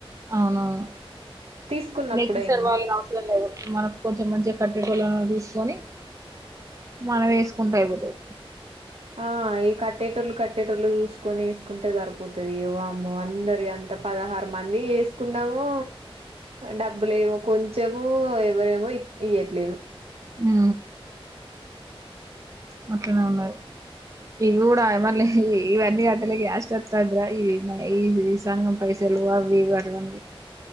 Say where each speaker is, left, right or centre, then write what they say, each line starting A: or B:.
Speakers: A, on the right; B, on the right.
A: అవునవును
B: తీసుకున్నప్పుడైనా
A: నెక్సర్ వాళ్లని అవసరం లేదు మనకు కొంచెం మంచిగా కట్ లను తీసుకొని మన వేసుకుంటా అయిపోతుది
B: ఆ ఈ కట్టేటోళ్ళు కట్టేటోళ్ళు చూసుకొని వేసుకుంటే సరిపోతుది వామ్మో అందరి అంత పదహారు మంది వేసుకున్నామో డబ్బులే ఏమో కొంచెమ ఎవరేమో ఇయట్లేదు
A: హ మత్త న ఇవి కూడాడా మళ్ళ ఇ అన్ని అటలకి ఎస్ అత్త అద ఇవి మ ఈ సంగం పైసలు అవటం